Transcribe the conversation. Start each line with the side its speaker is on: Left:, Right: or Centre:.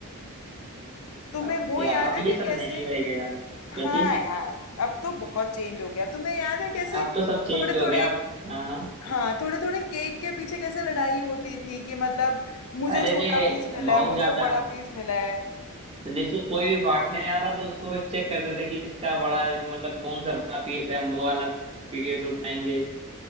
Left: तुम्हें
Right: अब
Left: वो
Right: क्या
Left: याद
Right: अब
Left: है
Right: ये
Left: कि
Right: सब
Left: कैसे
Right: नहीं रहेगा यार
Left: हाँ
Right: क्या चीज
Left: यार अब तो बहुत चेंज हो गया तुम्हें याद है कैसे
Right: अब तो सब चेंज
Left: थोड़े
Right: हो
Left: थोड़े
Right: गया अब हाँ
Left: हाँ थोड़े थोड़े केक के पीछे कैसे लड़ाई होती थी कि मतलब मुझे
Right: अरे
Left: छोटा पीस मिला
Right: बहुत
Left: है मुझे
Right: ज्यादा
Left: बड़ा पीस मिला है
Right: तो जैसे कोई भी बांटने आ रहा था उसको वे चेक करते थे कि इसका बड़ा मतलब कौन सा बड़ा पीस है हम वो वाला पीस उठाएंगे